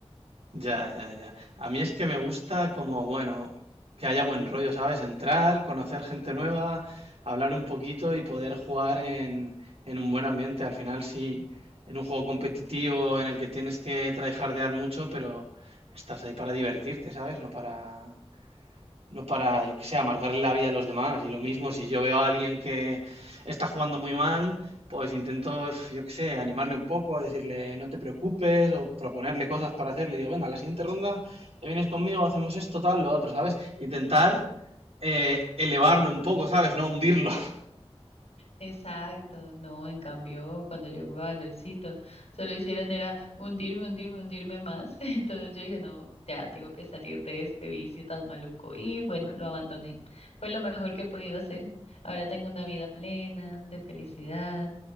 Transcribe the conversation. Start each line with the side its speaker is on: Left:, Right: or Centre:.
Right: Ya, ya, ya. A mí es que me gusta como, bueno, que haya buen rollo, ¿sabes? Entrar, conocer gente nueva, hablar un poquito y poder jugar en, en un buen ambiente. Al final sí, en un juego competitivo en el que tienes que tryhardear mucho, pero estás ahí para divertirte, ¿sabes? No para... No para, yo que sé, amargarle la vida a los demás. Y lo mismo, si yo veo a alguien que está jugando muy mal, pues intento, yo que sé, animarle un poco, decirle no te preocupes o proponerle cosas para hacerle. Digo, venga, la siguiente ronda te vienes conmigo, hacemos esto, tal, lo otro, ¿sabes? Intentar eh, elevarlo un poco, ¿sabes? No hundirlo. <laughs>
Left: Exacto, no, en cambio, cuando yo jugaba LOLcito, solo hicieron era hundirme, hundirme, hundirme más. <laughs> Entonces yo dije, no, ya tengo que salir de este vicio tan maluco. Y bueno, lo abandoné. Fue lo mejor que he podido hacer. Ahora tengo una vida plena, de felicidad.